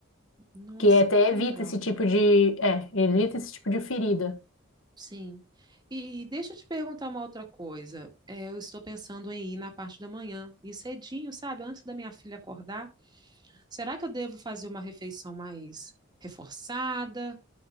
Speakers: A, on the right; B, on the left.
A: Nossa,
B: que é até
A: que
B: evita
A: legal.
B: esse tipo de, é, evita esse tipo de ferida.
A: Sim. E deixa eu te perguntar uma outra coisa. É, eu estou pensando em ir na parte da manhã, e cedinho, sabe? Antes da minha filha acordar, Será que eu devo fazer uma refeição mais reforçada